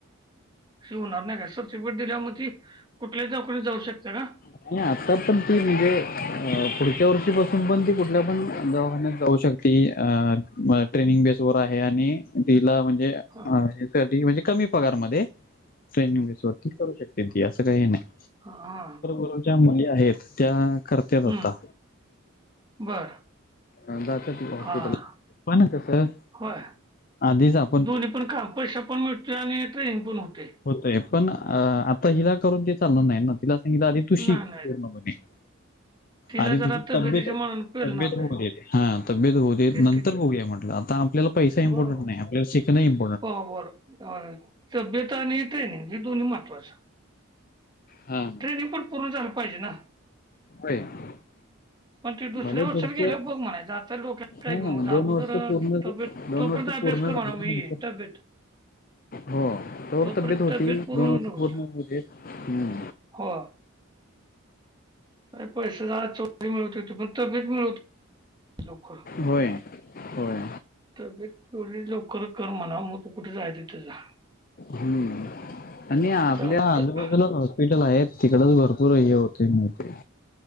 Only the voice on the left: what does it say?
नाही आता पण ती म्हणजे, अ पुढच्या वर्षीपासून पण ती कुठल्या पण दवाखान्यात जाऊ शक ती अ ट्रेनिंग बेस वर आहे, आणि तिला म्हणजे
ह यासाठी म्हणजे कमी पगारमध्ये, ट्रेनिसबेस वरती करू शकते ती असं काही नाही.
कोणाच्या मुली आहेत त्या, करत्यात आता.
हा जात्या ते हॉस्पिटला,
कोनांक सर?
आधी जा आप
होतय, पण आता हिला करून ते चालनार नाही ना? तिला तिला आदी तूशिक,
पूर्णपणे.
आधी
तुझी
तब्येत,
तब्येत
होऊ देत, हा तब्येत होऊदेत
नंतर
बघूया म्हटलं आता आपल्याला पैसा इम्पॉर्टन्ट
नाही, आपल्याला शीकन इम
हा.
<unintelligible>
भले
पुढचं,
हां
दोन
वर्ष पूर्ण
ज दोन
वर्ष
पूर्ण
झाल्या
नंतर
हो त्यावर
तब्येत होती,
दोन वर्ष
पूर्णज होउ देत, ह्म.
होय, होय.
हम्म आणि आपल्या
आजूबाजूलाच हॉस्पिटल आहेत, तिकडच भरपूर हे होतये म ते.